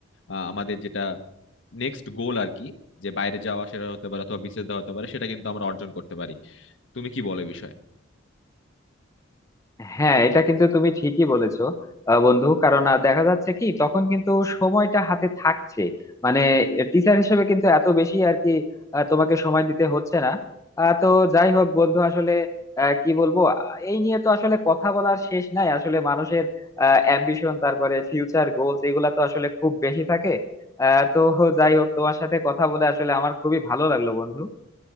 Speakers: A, on the left; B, on the left.
A: আহ, আমাদের যেটা নেক্সট গোল আর কি যে বাইরে যাওয়া সেটা হতে পারে অথবা বিসিএস দেওয়া হতে পারে সেটা কিন্তু আমরা অর্জন করতে পারি তুমি কি বলো এ বিষয়ে
B: হ্যাঁ এটা কিন্তু তুমি ঠিকই বলেছো আহ, বন্ধু কারণ আহ, দেখা যাচ্ছে কি তখন কিন্তু সময়টা হাতে থাকছে মানে টিচার হিসেবে কিন্তু এত বেশি আর কি আহ, তোমাকে সময় দিতে হচ্ছে না আহ, তো যাই হোক বন্ধু আসলে আহ, কি বলবো আহ, এই নিয়ে তো আসলে কথা বলার শেষ নাই আসলে মানুষের অ্যাম্বিশন তারপরে ফিউচার গোলস এগুলা তো আসলে খুব বেশি থাকে আহ, তো যাই হোক তোমার সাথে কথা বলে আসলে আমার খুবই ভালো লাগলো বন্ধু